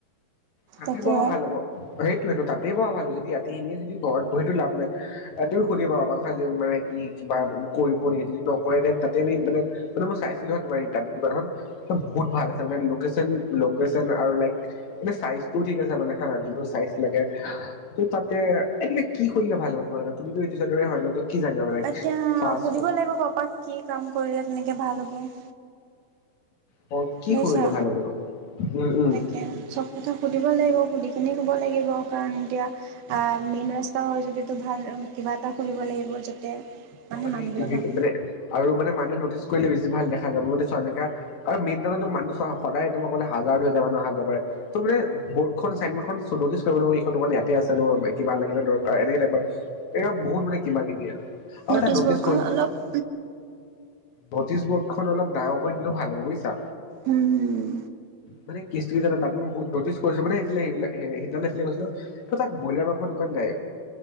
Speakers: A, on the left; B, on the right.
A: তাতে
B: তাকে।
A: বহা ভাল হ'ব, সেই তাতেই বহা ভালো যদি ৰায়াতিখিনিয়ে যদি ঘৰত বহিতটো লাভ নাই তুমি সুধিবা আমাক হা যে মানে কি কিবা কৰিব নেকি যদি নকৰে দেন তাতে আমি মানে মানে মই চাইছিলো তমাৰ তা দোকানখন বহুত ভাল আছে মানে লেকেচন আৰু লাইক মে চাই ত' ঠিক আছে মানে হা যোনটো চাইজ লাগে ত তাতে এতি কি খুলিলে ভাল হ'ব তোমাৰোকে তুমিতো ইতিছ দৰে হয় ন' কি জানিবা মানে
B: এতিয়া
A: ফাষ্ট
B: সুধিব লাগিব পাপাক কি কাম কৰিলে তেনেকে ভাল হ'ব।
A: ফুড কি
B: বাইছা
A: কৰিলে ভাল হ'বনো উম উম
B: তাকে চব কথা সুধিব লাগিব সুধি এিনি ক'ব লাগিব কাৰণ এতিয়া মেইন ৰাস্তা হয় যদিিতো ভাল কিবা এটা খুলিব লাগিব যাতে মানে
A: অ',
B: মানুহবিলাকক
A: সেইটো, সেইটো মানে আৰু মানে মানে পিছ কৰিলেছি ভাল দেখা যাব মান চোৱা এনেকা আৰু মেইত মানুহ চ সদায় তোমাক ক'লে হাজাৰ দুহ হাজাৰ মানুহ অহা য পাৰে ত মানে বৰ্ড চাইন বৰ্ ন কৰিব ন এইখনোক ইয়াতে আছে ন কা লাগে দকাৰ এনেকে টাইপৰ এ বহুত মান কিবা কিবি আৰু
B: ন'টিছ
A: এটা নটিচ
B: ব'ৰ্ডখন
A: কৰি
B: অলপ
A: নটিচ ব'ৰ্ড খন অলপ ডাঙৰক দিলে ভাল হ'ব বুজিছা
B: উম,
A: মানে কিস্ত কি জানা তাত মই বহুত নটিছ কৰিছো মানেফালে সেইবিলাক সেইদিনাফালে কৈছিলো ত তাত ব্ৰইলাৰ মাংসৰ দোকান নাই